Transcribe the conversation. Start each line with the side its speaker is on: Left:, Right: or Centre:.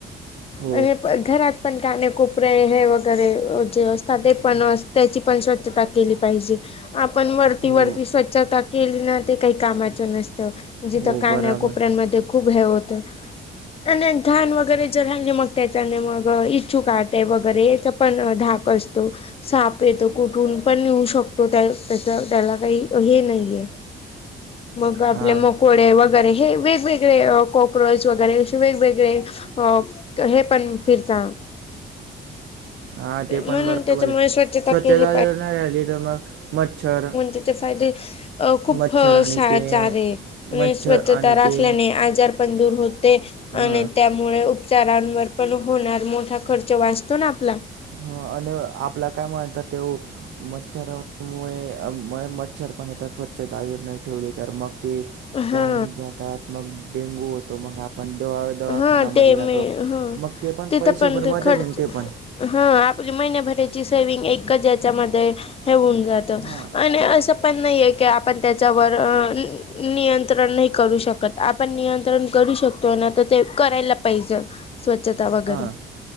Right: हो
Left: आणि घरात पण काणे कोुपरे हे वगैरे जे असतात ते पण त्याची पण स्वछ तेता केली पाहिजे आपण वरती
Right: हो
Left: वरती स्वच्छता केली ना ते काही कामाचं नसतं जिथं
Right: हो
Left: कान
Right: बराबर
Left: कोपऱ्यांमध्ये खूप हे होतं आणि घान वगैरे जर राहिलले मग त्याचाने मग इच्छू कातय वगैरेच पण ाप तो साप येतो कुठ ून पण नेऊ शकतो त्या त्या त्याला काही हे नाहीये मग आपले
Right: हां
Left: मोकोळे वगैरे हे वेगवेगळे कॉक्रोच वगैरे असे वेगवेगळे अ हे पण फिरता
Right: हा ते पण
Left: म्हणून
Right: बरोबर
Left: त्याच्यामुळे
Right: आहे
Left: स्वच्छता
Right: स्वच्छता
Left: केली
Right: ली तर मग मच्छर
Left: त ते फादे खूप
Right: मच्छर
Left: ार
Right: आणि ते
Left: आहे म्ह
Right: मच्छर
Left: स्वच्छता
Right: आणि
Left: राखल्याने
Right: ते
Left: आजार दूर होते
Right: हा
Left: आणि त्यामुळे चारांवर पण होणार मोठा खर्च वाचतो ना आपला
Right: ह आणि आपला काय म्हणतात तेव मच्छर त्यामुळे म मच्छरपण येेतात स्वच्छताजून नाही ठेवली तर मग ते
Left: हा
Right: चाहून जातात मग डेंगू होतो मग आप पण दवा दवाखानना्यामध्ये
Left: हा ते
Right: जातो
Left: मी हा
Right: मग ते पण
Left: तिथं
Right: पैसे भरबातच
Left: ते खर्च
Right: ते पण
Left: हा आपली महिने भरायची सेवि्हंग एकज याच्यामध्येध्ये हे होऊन जातं
Right: हां
Left: आणि असं पण नाही आहे की आपण त्याच्यावर नियंत नि्रण नाही करू शकत आपण नियंत्रण करू शकतो ना तर ते करायला पाहिजे स्वच्छता वगैरे
Right: हां